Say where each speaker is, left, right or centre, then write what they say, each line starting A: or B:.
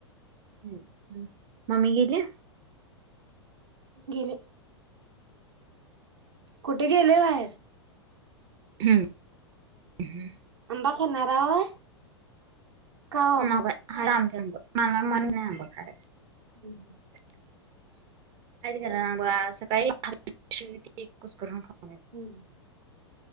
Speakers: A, on the right (about 30°); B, on the right (about 65°).
A: हम्म, हम्म मम्मी गेली?
B: गेली. कुठे गेली बाहेर.
A: हम्म
B: आंबा खाणार हाय? का ओ
A: नाय बाई हाय आम जाऊन बघ मला मन नाही आंबा खायचं.
B: हम्म, हम्म
A: <unintelligible> कुस्करून खाल्लो.
B: हम्म